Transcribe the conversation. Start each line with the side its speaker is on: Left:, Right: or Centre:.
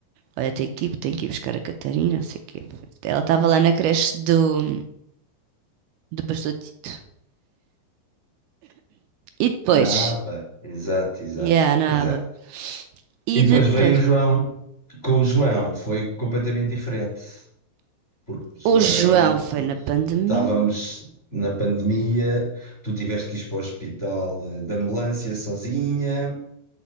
Right: Olha, tem que ir, tem que ir buscar a Catarina, não sei o quê. Ela estava lá na creche do, do Pastor Tito. E depois,
Left: Na APA, exato, exato,
Right: yeah, na
Left: pois
Right: aba.
Left: é.
Right: E
Left: E depois
Right: depois,
Left: veio o João, com o João foi completamente diferente, porque o João
Right: o João foi na pandemia.
Left: Estávamos na pandemia, tu tiveste que ir para o hospital eh, de ambulância sozinha,